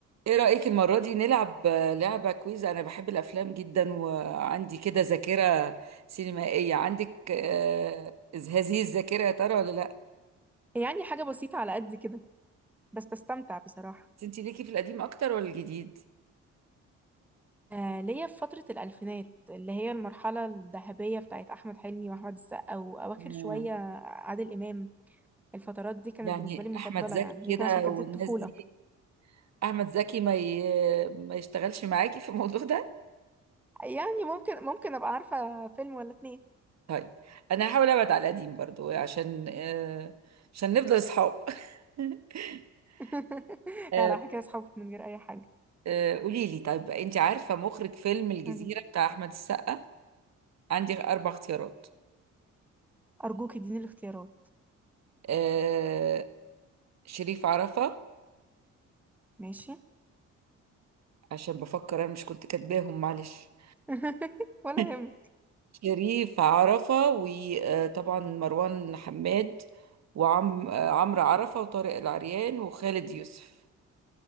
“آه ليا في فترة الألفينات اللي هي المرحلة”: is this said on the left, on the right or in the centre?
Centre